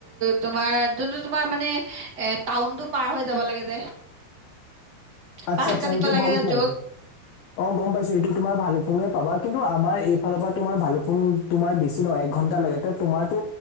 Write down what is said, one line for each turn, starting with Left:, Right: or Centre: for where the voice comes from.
Right: তোমাৰ যোনটো তোমাৰ মানে এ টাউনতটো পাৰ হৈ যাব লাগে যে।
Left: আচ্ছা,
Right: পাছ
Left: আচ্ছা,
Right: কাটিব
Left: সেইটো
Right: লাগে
Left: ভালুকপুং।
Right: যে য'ত
Left: অ' গম পাইছো এইটো তোমাৰ ভালুকপুঙে পাবা, কিন্তু আমাৰ এইফালৰ পৰা তোমাৰ ভালুকপুং তোমাৰ বেছি নহয়, এক ঘণ্টা লাগে এতিয়া তোমাৰতো